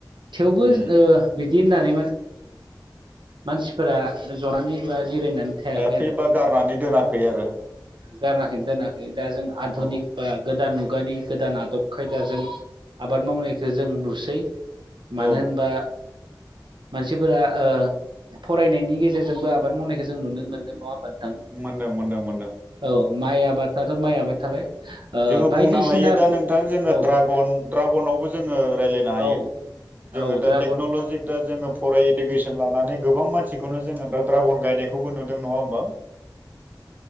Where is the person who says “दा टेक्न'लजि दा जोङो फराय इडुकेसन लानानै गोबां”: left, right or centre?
Right